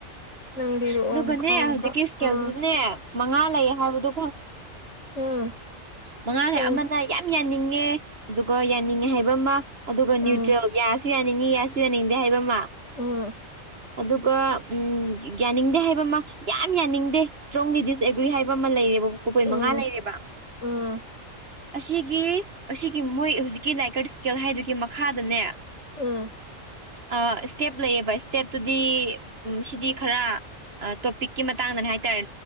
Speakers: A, on the left; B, on the right.
A: ꯅꯪ ꯂꯤꯔꯛꯑꯣ
B: ꯑꯗꯨꯒꯅꯦ
A: ꯃꯈ ꯃꯈꯥ
B: ꯍꯧꯖꯤꯛꯀꯤ ꯏꯁꯀꯦꯜꯗꯨꯗꯅꯦ
A: ꯑꯥ
B: ꯃꯉꯥ ꯂꯩꯌꯦ ꯍꯥꯏꯕꯗꯣ
A: ꯎꯝ
B: ꯃꯉꯥꯅꯦ
A: ꯈꯪꯉꯦ
B: ꯑꯃꯅ ꯌꯥꯝ ꯌꯥꯅꯤꯡꯉꯦ ꯑꯗꯨꯒ ꯌꯥꯅꯤꯡꯉꯦ ꯍꯥꯏꯕ ꯑꯃ ꯑꯗꯨꯒ
A: ꯎꯝ
B: ꯅ꯭ꯌꯨꯇ꯭ꯔꯦꯜ ꯒ꯭ꯌꯥꯁ ꯌꯥꯁꯨ ꯌꯅꯤꯡꯉꯤ ꯌꯥꯁꯨ ꯌꯅꯤꯡꯗꯦ ꯍꯥꯢꯕ ꯃꯥ
A: ꯎꯝ
B: ꯑꯗꯨꯒ ꯎꯝ ꯌꯥꯅꯤꯡꯗꯦ ꯍꯥꯏꯕ ꯑꯃ ꯌꯥꯝ ꯌꯥꯅꯤꯡꯗꯦ ꯏꯁꯇ꯭ꯔꯣꯡꯂꯤ ꯗꯤꯁꯑꯦꯒ꯭ꯔꯤ ꯍꯥꯏꯕ ꯑꯃ ꯂꯩꯔꯦꯕ ꯀꯨ ꯄꯣꯏꯟ
A: ꯎꯝ
B: ꯃꯉꯥ ꯂꯩꯔꯦꯕ
A: ꯎꯝ
B: ꯑꯁꯤꯒꯤ ꯑꯁꯤꯒꯤ ꯃꯣꯏ ꯍꯧꯖꯤꯛꯀꯤ ꯂꯥꯏꯀꯔ ꯏꯁꯀꯦꯜ ꯍꯥꯏꯗꯨꯒꯤ ꯃꯈꯥꯗꯅꯦ
A: ꯎꯝ
B: ꯑ ꯏꯁꯇꯦꯞ ꯂꯩꯌꯦꯕ ꯏꯁꯇꯦꯞꯇꯨꯗꯤ ꯎꯝꯁꯤꯗꯤ ꯈꯔ ꯇꯣꯄꯤꯛꯀꯤ ꯃꯇꯥꯡꯗꯅꯦ ꯍꯥꯏꯇꯥꯔꯦ